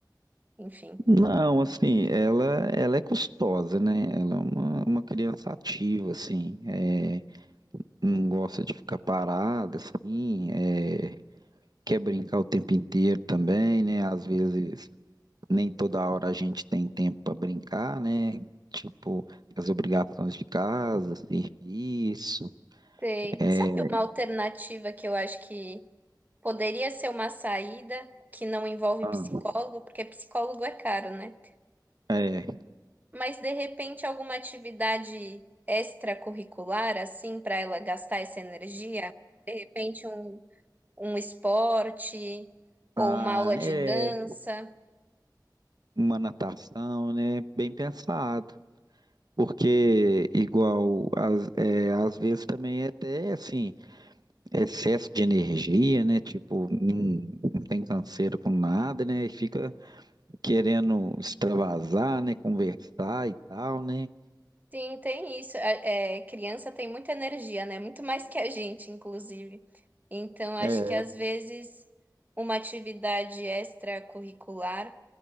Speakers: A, on the right (about 25°); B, on the right (about 60°).
A: enfim.
B: não, assim, ela, ela é custosa, né? Ela é uma, uma criança ativa, assim, é, não gosta de ficar parada, assim, é, quer brincar o tempo inteiro também, né? Às vezes nem toda hora a gente tem tempo para brincar, né? Tipo, as obrigações de casa, serviço,
A: Sei.
B: é,
A: Sabe uma alternativa que eu acho que poderia ser uma saída que não envolve
B: ah,
A: psicólogo, porque psicólogo é caro, né?
B: é,
A: Mas de repente alguma atividade extracurricular, assim, para ela gastar essa energia? De repente um, um esporte ou
B: ah,
A: uma aula de
B: é,
A: dança?
B: uma natação, né? Bem pensado. Porque, igual, às, é, às vezes também é até, assim, excesso de energia, né? Tipo, não, não tem canseira com nada, né? E fica querendo extravasar, né? Conversar e tal, né?
A: Sim, tem isso. É, é, criança tem muita energia, né? Muito mais que a gente, inclusive. Então, acho
B: É,
A: que às
B: se
A: vezes uma atividade extracurricular